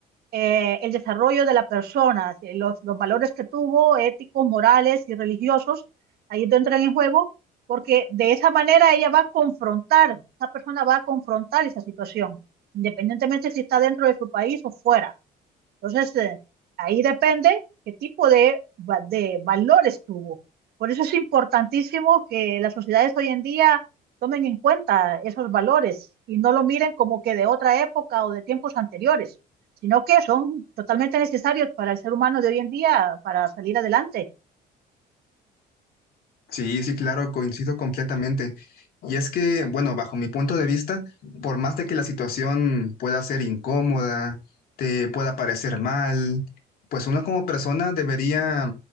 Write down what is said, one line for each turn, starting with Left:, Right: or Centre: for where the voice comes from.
Right: eh, el desarrollo de la persona, eh, los, los valores que tuvo, éticos, morales y religiosos, ahí entran en juego, porque de esa manera ella va a confrontar, esa persona va a confrontar esa situación, independientemente si está dentro de su país o fuera. Entonces, eh, ahí depende qué tipo de, va- de valores tuvo. Por eso es importantísimo que las sociedades hoy en día tomen en cuenta esos valores y no lo miren como que de otra época o de tiempos anteriores, sino que son totalmente necesarios para el ser humano de hoy en día para salir adelante.
Left: Sí, sí, claro, coincido completamente. Y es que, bueno, bajo mi punto de vista, por más de que la situación pueda ser incómoda, te pueda parecer mal, pues uno como persona debería,